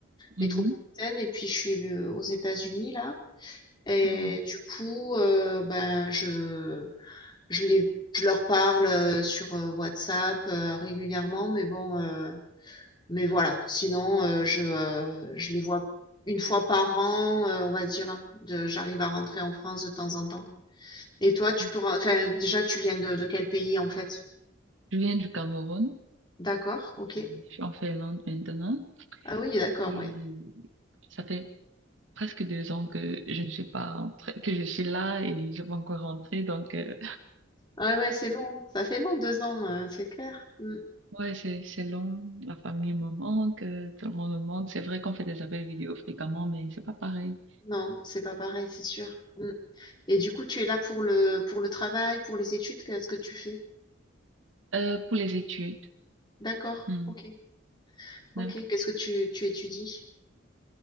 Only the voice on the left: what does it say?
métropolitaine et puis je suis euh, aux États-Unis là. Et
du coup, euh, ben je Je les je leur parle, heu, sur, heu, WhatsApp, heu, régulièrement, mais bon, heu, mais voilà. Sinon, heu, je, heu, je les vois une fois par an, heu, on va dire, de j'arrive à rentrer en France de temps en temps. Et toi, tu
peux ren enfin, déjà, tu viens de de quel pays, en fait?
D'accord, OK.
Ah oui, d'accord,
ouais.
Ouais, ouais, c'est long, ça fait long 2 ans, heu, c'est clair. Mmh.
non, c'est pas pareil, c'est sûr. Mmh et du coup, tu es là pour le pour le travail, pour les études, qu'est-ce que tu fais?
D'accord,
OK.
OK, qu'est-ce que tu tu étudies?